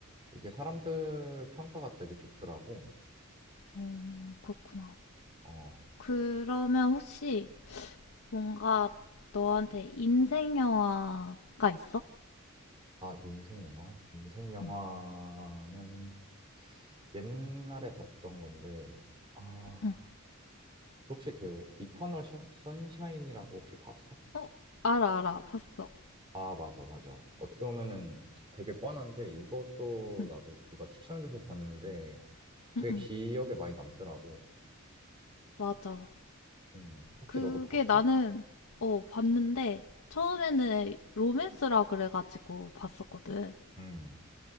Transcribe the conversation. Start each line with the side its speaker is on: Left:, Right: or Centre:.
Right: 이게 사람들 평가가 되게 좋더라고
Left: 어, 그렇구나.
Right: 어아
Left: 그러면 혹시 뭔가 너한테 인생 영화가 있어?
Right: 인생 영화 인생 영화는
Left: 응,
Right: 옛날에 봤던 건데 아
Left: 응.
Right: 그 혹시 그 이터널 션- 선샤인이라고 혹시 봤어?
Left: 어, 알아, 알아. 봤어.
Right: 아, 맞아, 맞아. 어떻게 보면은 되게 뻔한데 이것도
Left: 응,
Right: 나도 누가 추천해줘서 봤는데 되게
Left: 응, 응.
Right: 기억에 많이 남더라고.
Left: 맞아.
Right: 음, 혹시
Left: 그게
Right: 너도 봤어?
Left: 나는, 어, 봤는데, 처음에는 로맨스라 그래가지고 봤었거든.
Right: 음.